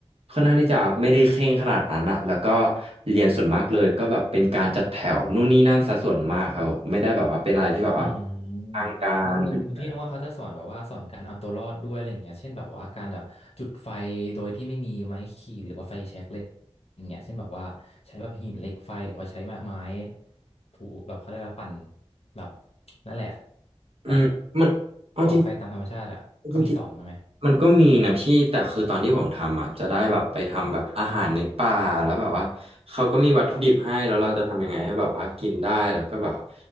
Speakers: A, on the right; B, on the left.
A: ค่อนข้างที่จะไม่ได้เคร่งขนาดนั้นอะแล้วก็เรียนส่วนมากเลยก็แบบเป็นการจัดแถวนู่นนี่นั่นซะส่วนมากครับผมไม่ได้แบบว่าเป็นอะไรที่แบบว่า
B: อืม
A: ทางการเป็น
B: หนึกนพี่นึกว่าเขาจะสอนแบบว่าสอนการเอาตัวรอดด้วยอะไรอย่างเงี้ยเช่นแบบว่าการแบบจุดไฟโดยที่ไม่มีไม้ขีดหรือว่าไฟแช็กอะไรอย่างเงี้ยเช่นแบบว่าใช้แบบหินเหล็กไฟหรือว่าใช้ไม้ถูแบบเขาเรียกว่าปั่นแบบนั่นแหละ
A: อืมมันเอาจริง
B: แบบก่อไฟตามธรรมชาติอ่ะเขามีสอนมาไหม
A: จริง มันก็มีนะพี่แต่คือตอนที่ผมทำอ่ะจะได้แบบไปทำแบบอาหารในป่าแล้วแบบว่าเขาก็มีวัตถุดิบให้แล้วเราจะทำยังไงให้แบบว่ากินได้แล้วก็แบบว่า